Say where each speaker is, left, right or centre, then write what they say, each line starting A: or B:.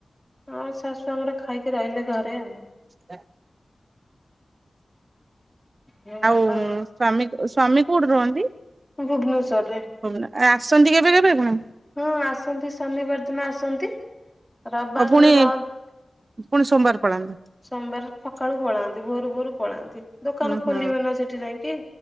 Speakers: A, in the centre; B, on the right (about 50°).
A: ଆଉ ଶାଶୁ ଆମର ଖାଇକି ରହିଲେ ଘରେ ଆଉ।
B: ହ
A: ହଁ
B: ଆଉ ସ୍ଵାମୀ ସ୍ଵାମୀ କୋଉଠି ରୁହନ୍ତି?
A: ମୁଁ ଭୁବନେଶ୍ଵରେ।
B: ଆ ଆସନ୍ତି କେବେ କେବେ ପୁଣି।
A: ହଁ ଆସନ୍ତି ଶନିବାର ଦିନ ଆସନ୍ତି। ରବିବାର
B: ଆଉ ପୁଣି
A: ଦିନ ରହନ୍ତି।
B: ପୁଣି ସୋମବାର ପଳାନ୍ତି।
A: ସୋମବାର ସକାଳୁ ପଳାନ୍ତି ଭୋର ଭୋରୁ ପଳାନ୍ତି ଦୋକାନ
B: ହୁଁ ହୁଁ
A: ଖୋଲିବେ ନା ସେଠି ଯାଇଁକି।